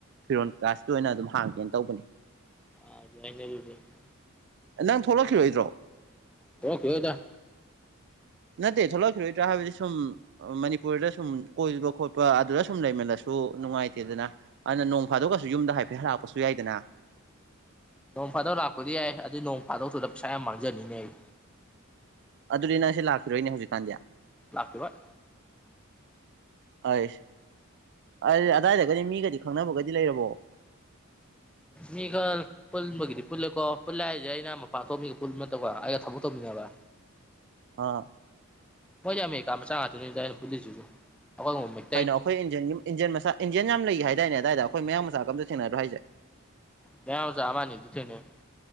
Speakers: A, on the right; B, in the centre.
A: ꯐꯤꯔꯣꯜ ꯀꯥꯁꯤ ꯑꯣꯏꯅ ꯑꯗꯨꯝ ꯍꯥꯡꯒꯦꯅ ꯇꯧꯕꯅꯤ
B: <unintelligible>
A: ꯑꯥ ꯅꯪ ꯊꯣꯛꯂꯛꯈꯤꯔꯣꯏꯗ꯭ꯔꯣ
B: ꯊꯣꯛꯂꯛꯈꯤꯔꯣꯏꯗꯥ
A: ꯅꯠꯇꯦ ꯊꯣꯛꯂꯛꯈꯤꯔꯣꯏꯗ꯭ꯔꯥ ꯍꯥꯏꯕꯗꯤ ꯁꯨꯝ ꯑꯥ ꯃꯅꯤꯄꯨꯔꯗ ꯁꯨꯝ ꯀꯣꯏꯕ ꯈꯣꯠꯄ ꯑꯗꯨꯗ ꯁꯨꯝ ꯂꯩꯃꯜꯂꯁꯨ ꯅꯨꯡꯉꯥꯏꯇꯦꯗꯅ ꯑꯗꯨꯅ ꯅꯣꯡ ꯐꯥꯗꯣꯛꯒꯁꯨ ꯌꯨꯝꯗ ꯍꯥꯏꯐꯦꯠ ꯍꯜꯂꯛꯄꯁꯨ ꯌꯥꯏꯗꯅ
B: ꯅꯣꯡ ꯐꯥꯗꯣꯛ ꯂꯥꯛꯄꯗꯤ ꯌꯥꯏ ꯑꯗꯨ ꯅꯣꯡ ꯐꯥꯗꯣꯛꯇꯨꯗ ꯄꯩꯁꯥ ꯌꯥꯝ ꯃꯥꯡꯖꯅꯤꯅꯦ ꯑꯩ
A: ꯑꯗꯨꯗꯤ ꯅꯪꯁꯤ ꯂꯥꯛꯈꯤꯔꯣꯏꯅꯦ ꯍꯧꯖꯤꯛꯀꯥꯟꯗꯤ
B: ꯂꯥꯛꯈꯤꯔꯣꯏ
A: <inaudible> ꯑꯩꯁ ꯑꯥ ꯑꯗꯥꯏꯗꯒꯗꯤ ꯃꯤꯒꯗꯤ ꯈꯪꯅꯕꯒꯗꯤ ꯂꯩꯔꯕꯣ
B: ꯃꯤꯈꯜ ꯄꯨꯟꯕꯒꯤꯗꯤ ꯄꯨꯜꯂꯦꯀꯣ ꯄꯨꯜꯂꯦ ꯍꯥꯏꯁꯦ ꯑꯩꯅ ꯃꯄꯥꯟ ꯊꯣꯛꯑꯥꯒꯥ ꯃꯤꯒ ꯄꯨꯟꯕ ꯅꯠꯇꯕꯥꯥ ꯑꯩꯒ ꯊꯕꯛ ꯇꯧꯃꯤꯟꯅꯕ
A: ꯑꯥ
B: ꯃꯣꯏꯗꯤ ꯑꯃꯦꯔꯤꯀꯥ ꯃꯆꯥ ꯉꯥꯛꯇꯅꯤꯗ ꯑꯩꯅ ꯄꯨꯜꯂꯤꯁꯤꯁꯨ <unintelligible>
A: ꯀꯩꯅꯣ ꯑꯩꯈꯣꯏ ꯏꯟꯗꯤꯌꯟ ꯏꯟꯗꯤꯌꯟ ꯃꯆꯥ ꯏꯟꯗꯤꯌꯟ ꯌꯥꯝ ꯂꯩ ꯍꯥꯏꯗꯥꯏꯅꯦ ꯑꯗꯥꯏꯗꯥ ꯑꯩꯈꯣꯏ ꯃꯌꯡ ꯃꯆꯥꯒꯥ ꯑꯝꯇ ꯊꯦꯡꯅꯗ꯭ꯔꯣ ꯍꯥꯏꯖꯦ
B: ꯃꯥꯌꯥꯡ ꯃꯆꯥ ꯑꯃꯥ ꯑꯅꯤꯗꯤ ꯊꯦꯡꯅꯩ